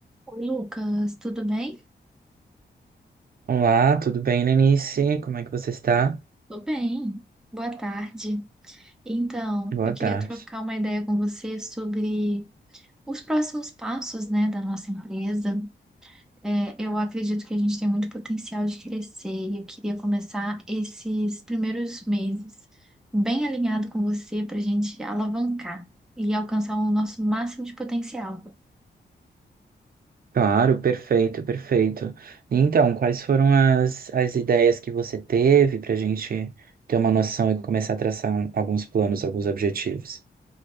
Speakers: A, in the centre; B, on the right (about 55°).
A: Oi, Lucas, tudo bem?
B: Olá, tudo bem, Lenice? Como é que você está?
A: Tô bem. Boa tarde. Então,
B: Boa
A: eu queria
B: tarde.
A: trocar uma ideia com você sobre os próximos passos, né, da nossa empresa. É, eu acredito que a gente tem muito potencial de crescer e eu queria começar esses primeiros meses bem alinhado com você para a gente alavancar e alcançar o nosso máximo de potencial.
B: Claro, perfeito, perfeito. Então, quais foram as, as ideias que você teve para a gente ter uma noção e começar a traçar um- alguns planos, alguns objetivos?